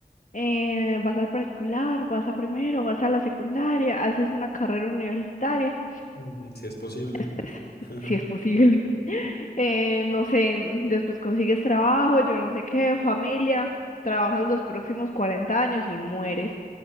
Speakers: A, on the left (about 50°); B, on the left (about 85°).
A: eh, vas al preescolar, vas a primero, vas a la secundaria, haces una carrera universitaria,
B: ujú. Si es posible.
A: pues, <laughs>
B: Ajá.
A: si es posible. <laughs> Eh, no sé, mm, después consigues trabajo, yo no sé qué, familia, trabajas los próximos 40 años y mueres.